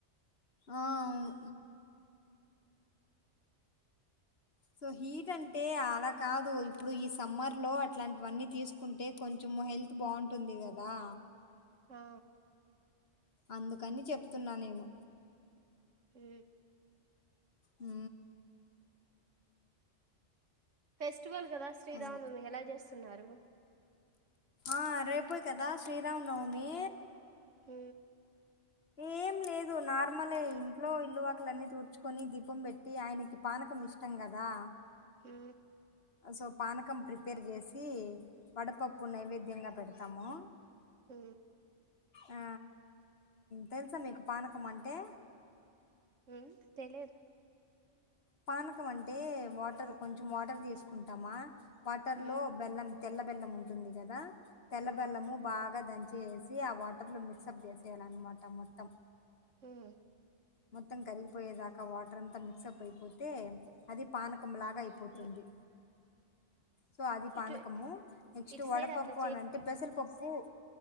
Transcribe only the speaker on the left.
ఆ అవును సో హీట్ అంటే అలా కాదు ఇప్పుడు ఈ సమ్మర్ లో అట్లాంటివన్నీ తీసుకుంటే కొంచెం మా హెల్త్ బాగుంటుంది కదా
అందుకని చెప్తున్నా నేను
అ
అదే
ఆ రేపోయికదా శ్రీరామ్నవమి
ఏం లేదు లేదు నార్మలే ఇంట్లో ఇల్లువాకులన్నీ తుడ్చుకొని దీపం పెట్టి ఆయనకి పానకం ఇష్టం కదా
సో పానకం ప్రిపేర్ చేసి వడపప్పు నైవేద్యంగా పెడతాము
ఆ, తెలుసా మీకు పానకం అంటే
పానకం అంటే వాటర్ కొంచం వాటర్ తీసుకుంటామా వాటర్
లో బెల్లం తెల్ల బెల్లం ఉంటుంది కదా తెల్ల
బెల్లము బాగా దంచ వేసి ఆ వాటర్ లో మిక్స్ అప్ చేసి లన్నమాట మొత్తం
మొత్తం కరిగిపోయేదాకా వాటర్ అంతా మిక్స్ అప్ అయిపోతే అది పాన పకం లాగా అయిపోతుంది
సో అది పానకము
నెక్స్ట్
వడపప్పు
అని అంటే పెసరపప్పు